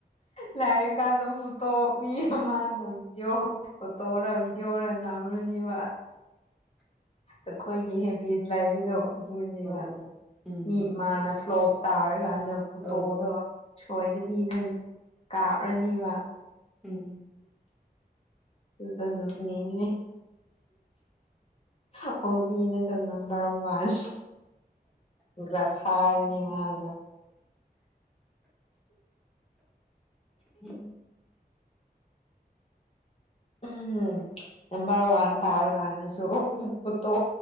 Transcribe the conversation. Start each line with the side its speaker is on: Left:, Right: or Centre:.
Left: ꯂꯏꯔꯥꯀꯥꯟꯗꯥ <unintelligible> ꯃꯤ ꯃꯅ ꯚꯗꯤꯑꯣ ꯐꯣꯇꯣꯔ ꯚꯤꯗꯤꯑꯣꯔꯥ ꯅꯝꯔꯅꯤꯕ ꯑꯩꯈꯣꯏꯒꯤ ꯍꯦꯕꯤꯠ ꯂꯥꯏꯕꯗꯣ ꯑꯗꯨꯅꯦꯕꯥ
Centre: ꯑꯧ ꯎꯝ
Left: ꯃꯤ ꯑꯃꯥꯅ ꯐ꯭ꯂꯣꯞ ꯇꯥꯔꯀꯥꯟꯗ ꯐꯣꯇꯣꯗꯣ
Centre: ꯑꯧ
Left: ꯁꯣꯏꯗꯕꯤ ꯅꯪ ꯀꯥꯞꯔꯥꯅꯤꯕ
Centre: ꯎꯝ
Left: ꯑꯗꯨꯗ ꯅꯣꯛꯅꯤꯡ ꯉꯦ ꯑꯄꯣꯡꯕꯤꯅꯗꯥ ꯅꯝꯕꯔ ꯋꯥꯟ <unintelligible> ꯅꯤ ꯃꯥꯗ
Centre: ꯎꯝ <inaudible>
Left: ꯎꯝꯝ ꯅꯝꯕꯔ ꯋꯥꯟ ꯇꯥꯔꯀꯥꯟꯗꯁꯨ ꯄꯣꯠꯇꯣ